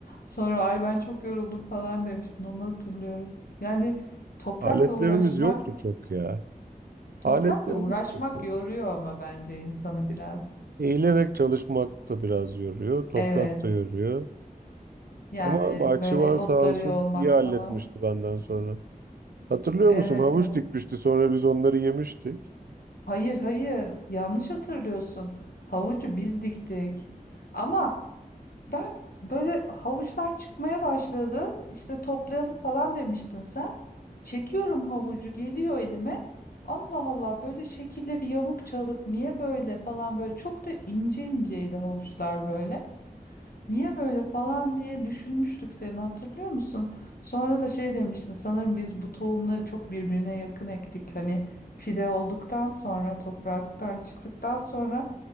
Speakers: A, on the left; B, on the right.
A: Sonra ay ben çok yoruldum falan demiştin. Onu hatırlıyorum. Yani toprakla
B: Aletlerimiz
A: uğraşmak,
B: yoktu çok ya.
A: toprakla
B: Aletlerimiz
A: uğraşmak
B: kötüydü.
A: yoruyor ama bence insanı biraz.
B: Eğilerek çalışmak da biraz yoruyor, toprak
A: Evet.
B: da yoruyor.
A: Yani
B: Ama bahçıvan
A: böyle otları
B: sağ olsun
A: yolmak
B: iyi halletmişti
A: falan.
B: benden sonra. Hatırlıyor
A: Evet
B: musun? Havuç
A: evet.
B: dikmişti, sonra biz onları yemiştik.
A: Hayır hayır yanlış hatırlıyorsun. Havucu biz diktik. Ama ben böyle havuçlar çıkmaya başladı. İşte toplayalım falan demiştin sen. Çekiyorum havucu geliyor elime. Allah Allah böyle şekilleri yamuk çalık niye böyle falan böyle çok da ince inceydi havuçlar böyle. Niye böyle falan diye düşünmüştük seni hatırlıyor musun? Sonra da şey demiştin sanırım biz bu tohumları çok birbirine yakın ektik. Hani fide olduktan sonra topraktan çıktıktan sonra